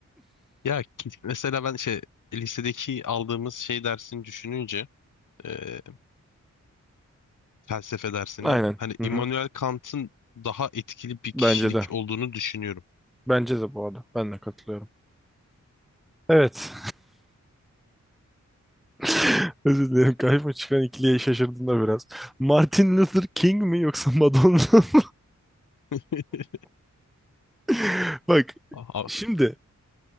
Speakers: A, on the left; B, in the centre.
A: ya ki- mesela ben şey lisedeki aldığımız şey dersini düşününce e, felsefe dersini.
B: Aynen.
A: Hani
B: Hı
A: Immanuel
B: hı.
A: Kant'ın daha etkili bir kişilik
B: Bence de.
A: olduğunu düşünüyorum.
B: Bence de bu arada. Ben de katılıyorum. Evet. <laughs> Özür dilerim. Karşıma çıkan ikiliye şaşırdım da biraz. Martin Luther King mi yoksa Madonna mı?
A: <laughs>
B: <laughs> Bak
A: Aha,
B: şimdi